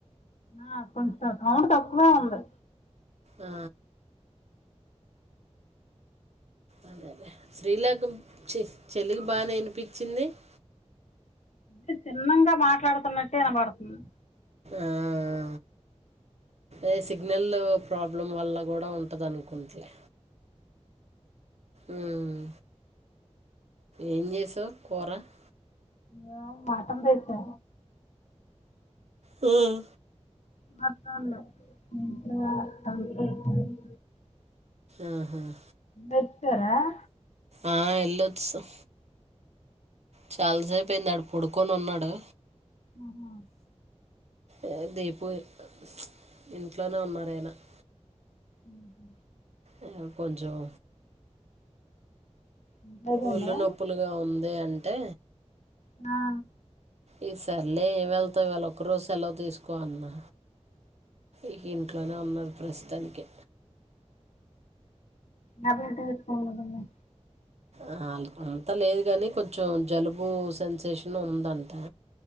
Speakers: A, on the left (about 75°); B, on the right (about 65°).
A: ఆ కొంచెం సౌండు తక్కువే ఉంది.
B: ఆ, అదే శ్రీలేఖ చి చెలగి బానే ఇనిపిచింది. !?
A: అంటే చిన్నంగా మాట్లాడుతున్నట్టు ఇనబడుతుంది.
B: ఆఆ. ఏ సిగ్నల్ల్ ప్రాబ్లం వల్ల గూడా ఉంటుందనుకుంట్లె. ఊమ్మ్, ఏం జేసావ్ కూరా.? !
A: న్యా మట్టన్ దేచ్చా.
B: మ్మ్.
A: మత్తన్నవ్ <unintelligible>
B: ఆహా. !
A: వొచ్చారా. !
B: ఆ ఏల్లోచ్సం. చాల్సేపెంది ఆడు పడుకొనున్నాడు.
A: ఆహా. !
B: ఏ దీపు ప్చ్ ఇంట్లోనే ఉన్నారయనా. !
A: ఊహు.
B: ఏమో కొంజొం.
A: అయిపోయిందా
B: ఒళ్లు నొప్పులుగా ఉంది అంటే.
A: న్హా.
B: ఈ సర్లే ఏం వెళ్తావు ఈవాళ్ళొక్కరోజు సెలవు తీసుకో అన్నా. ఈకింట్లోనే ఉన్నారు ప్రస్తానికి.
A: టాబ్లెట్ ఏసుకోవాల్సింది.
B: ఆ అల్ అంతా లేదు గాని కొంచెం జలుబు సెన్సేషన్ ఉందంటా.